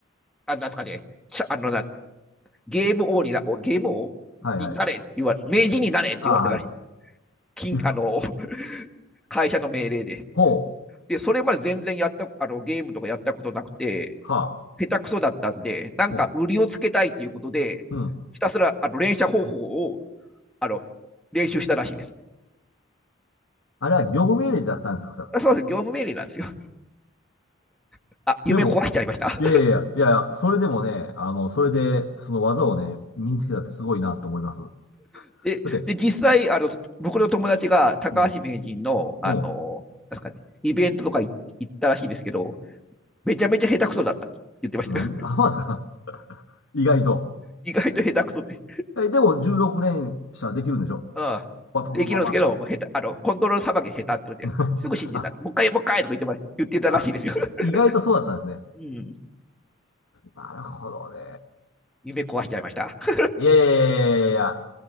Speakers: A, in the centre; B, on the left.
A: あ、なんですかね、しゃあのなゲーム王にな、ゲーム王になれって言われ、
B: はいはい。
A: 名人になれって言われたらしい。
B: ああ、はい。
A: 金あの
B: ゆ
A: <laughs> 会社の命令で。
B: ほう、
A: で、それまで全然やった、あの、ゲームとかやったことなくて、
B: は、
A: 下手くそだったんで、なんか売りをつけたいっていうことで、
B: ほう、うん。
A: ひたすら、あの、連射方法を、あの、練習したらしいです。
B: あれは業務命令だったんですか、それは
A: そうです、業務命令なんですよ。<laughs> あ、
B: でも、
A: 夢壊しちゃいました。
B: いやいやいや、いやいや、それでもね、あの、それで、その技をね、身につけたってすごいなと思います。<laughs>
A: <laughs> で、
B: だって、
A: で実際、あの、僕の友達が高橋名人の、
B: うん、うん、
A: あの、
B: ほ
A: なんですかね、イベントとか行ったらしいですけど、めちゃめちゃ下手くそだったって言ってましたよ。
B: う。なん、あ、まですか意外と。
A: <laughs> 意外と下手くそって。
B: え、でも16連射できるんでしょ
A: ああできるんですけど、
B: パパパパパとかで。
A: もう下手、あの、コントロールさばき下手ってことですぐ死んでた。
B: <laughs> あ、
A: もう一回、もう一回とか言ってま言ってたらしいですよ。
B: あ、
A: <laughs>
B: 意外とそうだったんですね。
A: うん。
B: なるほどね。
A: 夢壊しちゃいました。<laughs>
B: いやいやいやいやいやいや。